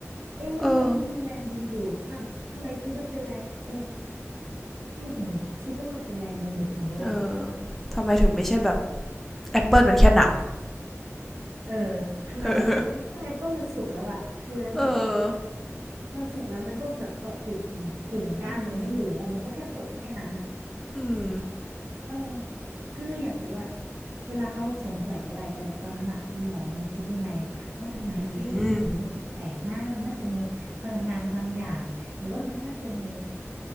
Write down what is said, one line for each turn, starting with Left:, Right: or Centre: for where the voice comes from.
Right: เอ๊ะโลกนี้มีแรงดึงดูดอ้าวทำไมคิดว่าเป็นแรงเอ๊ะ
Centre: เออ
Right: ทำไมถึงคิดว่ามันเป็นแรงดึงดูดของโลก
Centre: เออ ทำไมถึงไม่ใช่แบบแอปเปิลมันแค่หนัก
Right: เออทำไมแบบเอ้าก็แอปเปิลมันสุกแล้วอะคือแล้วแบบ
Centre: เออเออ
Right: มันสุกแล้วมันก็แบบเกาะติดกิ่งกิ่งก้านมันไม่อยู่แล้วมันก็แค่ตกแค่นั้นอะ
Centre: อืมอืม
Right: เออก็เลยอยากรู้ว่าเวลาเขาสงสัยอะไรกันเนี่ยตอนนั้นอะสมองมันคิดยังไงว่าทำไมเอ๊ะสิ่งนี้มันแปลกๆน้ามันน่าจะมีพลังงานบางอย่างหรือว่ามันน่าจะมี
Centre: อืม